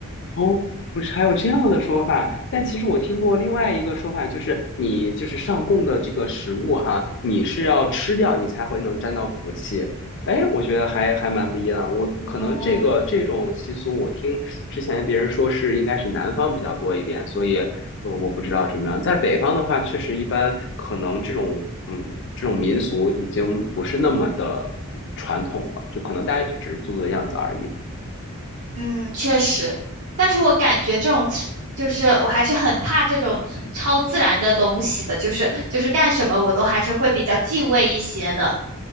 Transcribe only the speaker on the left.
哦，不是，还有这样的说法。但其实我听过另外一个说法，就是你就是上供的这个食物哈，你是要吃掉你才会能沾到福气。哎，我觉得还还蛮不一样。我可能这个这种习俗，
我听之前别人说是应该是南方比较多一点，所以呃我不知道怎么样。在北方的话，确实一般可能这种嗯这种民俗已经不是那么的传统了，就可能大家就只是做做样子而已。